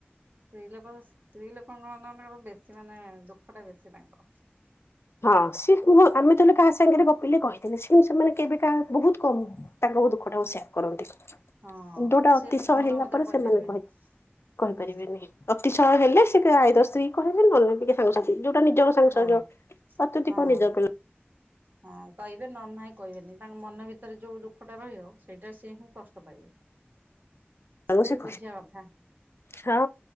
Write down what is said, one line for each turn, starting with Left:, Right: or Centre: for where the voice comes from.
Right: ସ୍ତ୍ରୀ ଲୋକ ସ୍ତ୍ରୀ ଲୋକଙ୍କ ମାନନଙ୍କର ବେଶୀ ମାନେ ଦୁଃଖ ଟା ବେଶୀ ତାଙ୍କର।
Left: ହଁ ସେ କୁହ ଆମେ ତାହେଲେ କାହା ସାଙ୍ଗରେ ଗପିଲେ କହିଦେଲେ ସେ କିନ୍ତୁ ସେମାନେ କେବେ କାହା ବହୁତ କମ ତାଙ୍କ ଦୁଃଖଟା ସେୟାର କରନ୍ତି।
Right: ହଁ
Left: ଯୋଉଟା
Right: ସିଏ
Left: ଅତିଶୟ
Right: ତ ସମସ୍ତଙ୍କ
Left: ହେଲା
Right: କତିରେ
Left: ପରେ
Right: କହିପାରିବେନି
Left: ସେମାନେ କହି କହିପାରିବେନି।
Right: ହୁଁ
Left: ଅତିଶୟ ହେଲେ ସେ ଆଇଦର୍ ସ୍ତ୍ରୀକି କହିବେ ନହେଲେ ଟିକେ ସାଙ୍ଗସାଥି ଯୋଉଟା ନିଜର ସାଙ୍ଗସାଥି
Right: ହଁ
Left: ଅତ୍ୟଧିକ
Right: ହଁ।
Left: ନିଜର ପିଲା
Right: ହଁ କହିବେ ନହେନେ ନାହିଁ କହିବେନି, ତାଙ୍କ ମନ ଭିତରେ ଯୋଉ ଦୁଃଖ ଟା ରହିବ ସେଇଟା ସିଏ ହିଁ କଷ୍ଟ ପାଇବେ। <inaudible>
Left: ପିଲାଙ୍କୁ
Right: ସେଟା
Left: ସେ
Right: ବି
Left: କହିବେ
Right: ବୁଝିବା କଥା।
Left: ହଁ